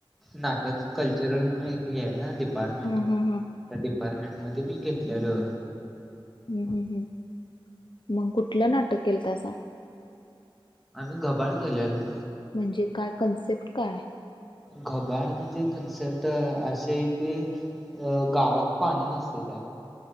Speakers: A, in the centre; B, on the left.
A: नाटक कल्चरल म्हणून एक हे आहे ना डिपार्टमेंट.
B: ह
A: त्या
B: ह ह
A: डिपार्टमेंट मध्ये बी घेतलेलो.
B: हम् हम् हम् मग कुठलं नाटक केलंतासा?
A: आम्ही घबाड केल्यालो.
B: म्हणजे काय कन्सेप्ट काय?
A: घबाड म्हणजे कन्सेप्ट अशी आहे की अ गावात पाणी नसते त्या